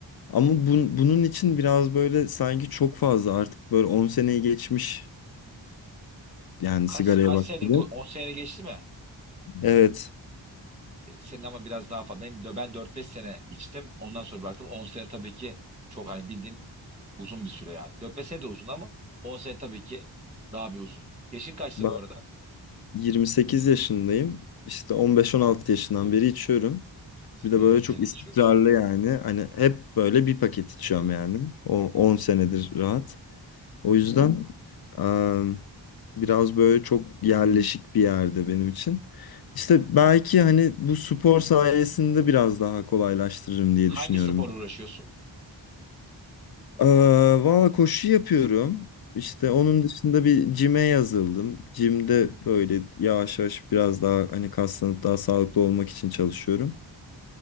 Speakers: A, on the left; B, on the right.
A: Ama bun- bunun için biraz böyle sanki çok fazla artık böyle 10 seneyi geçmiş yani
B: Kaç
A: sigaraya
B: kaç
A: başladım.
B: Evet. senedir ku- 10 sene geçti mi?
A: Evet
B: E, Senin ama biraz daha fazla. Benim, dö- ben dört beş sene içtim. Ondan sonra bıraktım. 10 sene tabii ki çok hani bildiğin uzun bir süre yani. dört beş sene de uzun ama 10 sene tabii ki daha bir uzun. Yaşın kaçtı
A: ben
B: bu arada?
A: 28 yaşındayım. İşte 15-16 yaşından beri içiyorum.
B: S-
A: Bir de
B: e,
A: böyle
B: Epeydir
A: çok istikrarlı
B: içiyorsun.
A: yani. Hani hep böyle bir paket içiyorum yani. O 10 senedir rahat. O yüzden em, biraz böyle çok yerleşik bir yerde benim için. İşte belki hani bu spor sayesinde biraz daha kolaylaştırırım diye
B: Hangi
A: düşünüyorum.
B: sporla uğraşıyorsun?
A: Ee, valla koşu yapıyorum. İşte onun dışında bir cime yazıldım. Cimde böyle yavaş yavaş biraz daha hani kaslanıp daha sağlıklı olmak için çalışıyorum.